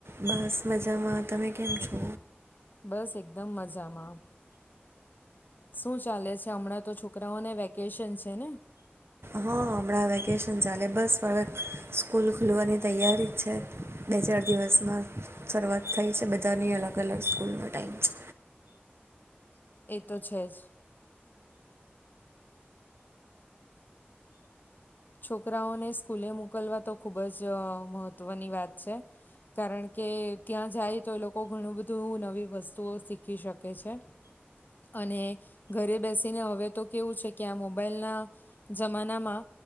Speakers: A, on the right; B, on the left.
A: બસ મજામાં, તમે કેમ છો?
B: બસ એકદમ મજામાં. શું ચાલે છે હમણાં તો છોકરાઓને વેકેશન છે ને?
A: હ હમણાં વેકેશન ચાલે બસ હવે સ્કૂલ ખુલવાની તૈયારી જ છે, બે ચાર દિવસમાં શરૂઆત થઈ છે, બધાની અલગ અલગ સ્કૂલનો ટાઈમ છે.
B: એ તો છે જ. છોકરાઓને સ્કૂલે મોકલવા તો ખૂબ જ મહત્ત્વની વાત છે, કારણ કે ત્યાં જાય તો એ લોકો ઘણું બધું નવી વસ્તુઓ શીખી શકે છે અને ઘરે બેસીને હવે તો કેવું છે કે આ મોબાઈલના જમાનામાં